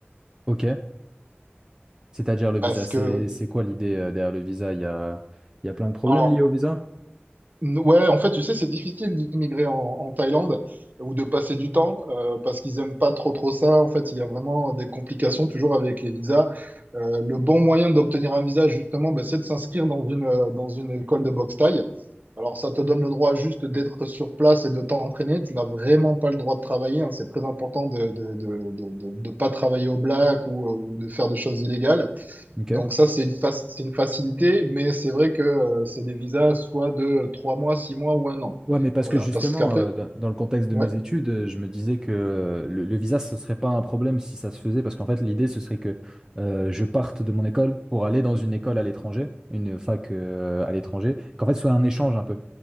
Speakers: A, on the right (about 15°); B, on the right (about 45°).
A: Ok. C'est-à-dire le visa,
B: Parce
A: c'est
B: que,
A: c'est quoi l'idée euh, derrière le visa? Il y a, il y a plein de problèmes
B: alors,
A: liés au visa?
B: n- ouais, en fait, tu sais, c'est difficile d'immigrer en, en Thaïlande ou de passer du temps euh, parce qu'ils aiment pas trop trop ça. En fait, il y a vraiment des complications toujours avec les visas. Euh, le bon moyen d'obtenir un visa, justement, ben, c'est de s'inscrire dans une, euh, dans une école de boxe thaï. Alors, ça te donne le droit juste d'être sur place et de t'entraîner. Tu n'as vraiment pas le droit de travailler. hein. C'est très important de ne de, de, de, de- de pas travailler au black ou, euh, ou de faire des choses illégales.
A: Ok.
B: Donc ça, c'est une fac- c'est une facilité, mais c'est vrai que euh, c'est des visas soit de trois mois, six mois ou un an.
A: Ouais, mais parce
B: Voilà,
A: que justement,
B: parce qu'après,
A: euh, dans dans le contexte de
B: ouais.
A: mes études, euh, je me disais que euh, le, le visa, ce serait pas un problème si ça se faisait, parce qu'en fait, l'idée, ce serait que euh, je parte de mon école pour aller dans une école à l'étranger, une fac euh, à l'étranger, qu'en fait, ce soit un échange un peu,